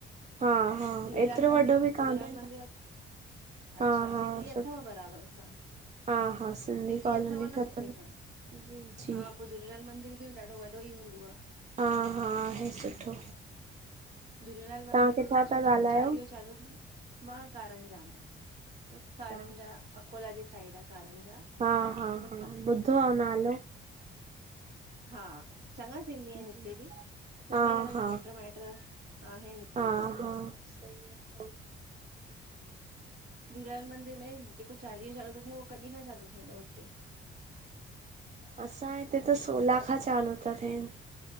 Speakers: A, on the right; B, on the right.
A: हा हा
B: झूलेलाल
A: एतिरो
B: मंदिर,
A: वॾो बि कान्हे
B: झूलेलाल मंदिरु <unintelligible> अच्छा
A: हा हा
B: सिंधी
A: सुठो
B: अथव बराबरि सां?
A: हा हा
B: सिंधी
A: कॉलोनी
B: अथव न
A: ठतल
B: सुठे सां?
A: जी जी
B: हा प झूलेलाल मंदिर बि ॾाढो वॾो ई हूंदव?
A: हा हा आहे सुठो।
B: झूलेलाल मंदिर
A: तव्हां किथां
B: जो
A: था
B: जेको
A: ॻाल्हायो?
B: चालीहो चालू थींदो मां कारंजा मां
A: अच्छा,
B: कारंजा अकोला जे साइड आहे कारंजा।
A: हा हा
B: उतां
A: हा ॿुधो आह नालो।
B: हा चङा सिंधी
A: जी
B: आहिनि हिते बि चङे
A: हा
B: ॼणनि
A: हा
B: जा मिट माइट आहिनि। हिते
A: हा
B: बि
A: हा सही आहे।
B: झूलेलाल मंदिर में जेको चालीहो चालू थो थिए उहो कॾहिं खां चालू थींदो हुते?
A: असां हिते त सोलाह खां चालू था थियनि।